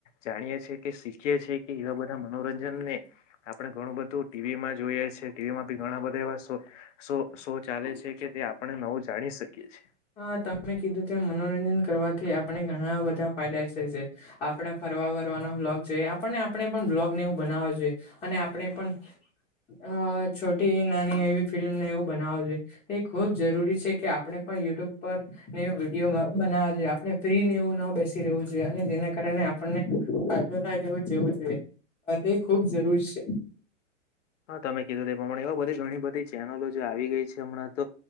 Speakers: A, on the left; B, on the left.
A: જાણીએ છે કે શીખીએ છે કે એવા બ મનોરંજન ને આપણે ઘણું બધું ટીવી માં જોઈએ છે ટીવીમા બી ઘણા બધા એવા સો શો ચાલે છે કે તે આપણે નવું જાણી શકીએ છે
B: હા તમે કીધું તેમ મનોરંજન કરવાથી આપણે ઘણા બધા ફાયદા છે આપણે ફ રવા બરવાના બ્લોગ જોઈએ આપને આપણે પણ બ્લોગને એવું બનાવા જોઈએ અને આપણે પણ અ છોટી નાની એવી ફિલ્મને એવું બનાવું જોઈએ એ ખૂબ જરૂરી છે કે આપણે પણ યુટ્યુબ પર ને વિડીયો બનાવ જોયે આપણે ફ્રી નેવું ન બેસી રહ્યું છે અને જેના કારણે આપણને ફાયદો થાય તેવું જોવું જોઈએ તે ખુબ જરૂર છે
A: હા તમે કીધું તે પ્રમાણે એવું બધુ ઘણી બધી ચેનલો જે આવી ગઈ છે હમણાં તો